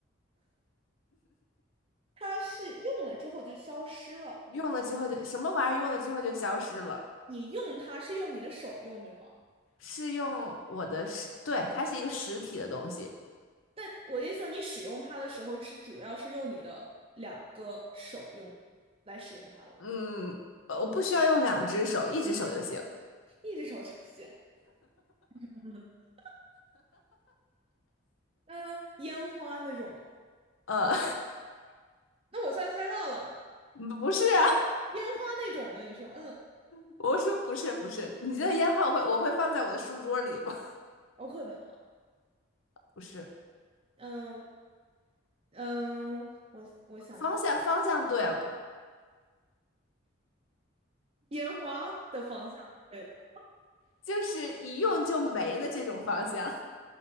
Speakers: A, on the right; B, on the left.
A: 它是用了之后就消失了。
B: 用了之后就什么玩意儿用了之后就消失了，
A: 你用它是用你的手用，对吧？
B: 是用我的实，对，它是一个实体的东西。
A: 但我的意思说，你使用它的时候是主要是用你的两个手用来使用它的吗？
B: 嗯，呃我不需要用两只手，一只手就行。
A: 一只手就行。<laughs> 嗯、烟花那种的吗？
B: 呃，
A: 那我算猜到了。
B: <laughs> 不是啊，
A: 烟花那种的，你说，嗯，
B: <laughs> 我说不是不是，你这个烟花我会我会放在我的书桌里吗？
A: 不是有可能，
B: <laughs> 不是，
A: 嗯嗯，我我想一想，
B: 方向方向对了，
A: 烟花的方向，对的，
B: 就是一用就没了这种方向，